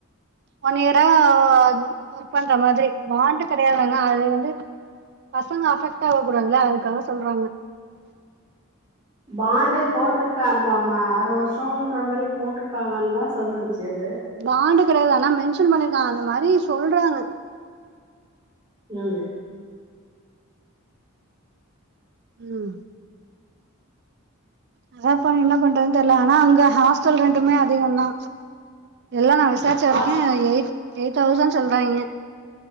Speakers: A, on the right (about 55°); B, on the right (about 25°).
A: ஒன் இயரா ஒர்க் பண்ற மாதிரி பாண்டு கிடையாது அனா அது வந்து பசங்க அஃபெக்ட் ஆக கூடாதுல அதுக்காக சொல்றாங்க
B: பாண்டு போட்டிருக்காமாம அறு வருஷோன்ற மாரி போட்ருக்காங்கன்னு தா சொல்லுச்சு அது
A: பாண்டு கெடையாது ஆனா மென்ஷன் பண்ணிருக்கா அந்த மாரி சொல்றாங்க
B: ம்
A: ம் அதா இப்ப என்ன பண்றதுனு தெரியல ஆனா அங்க ஹாஸ்டல் ரென்ட்டுமே அதிகோ தா எல்லா டிஸ்சார்ஜ் ஆராக்கே
B: ஹாஸ்
A: எயிட் எயிட் தௌசண்ட் சொல்லாராய்ங்க